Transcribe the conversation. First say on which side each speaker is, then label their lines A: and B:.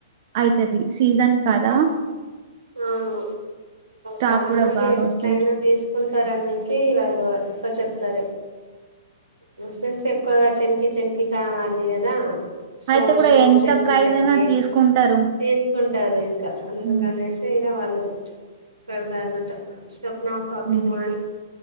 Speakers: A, on the right; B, on the right.
A: అయితది సీజన్ కదా
B: అవును
A: స్టాక్
B: చాలా
A: గూడా
B: మంది
A: బాగా
B: ఎట్లయినా
A: వస్తాయి.
B: తీసుకుంటారు అనేసి వాళ్ళు ఎక్కువ చెప్తారు ముస్లిమ్స్ ఎక్కువగా చెంకి చెంకి కావాలి కదా స్టోన్
A: అయితే గూడా
B: స్టోన్
A: ఎంత
B: చెంకి
A: ప్రైస్
B: చెంకి
A: అయినా తీసుకుంటారు.
B: తీసుకుంటారు ఇంకా అందుకనేసి
A: హ్మ్.
B: ఇగ వాళ్ళు <unintelligible> అన్నట స్వప్న షాపింగ్
A: హ్మ్.
B: <unintelligible>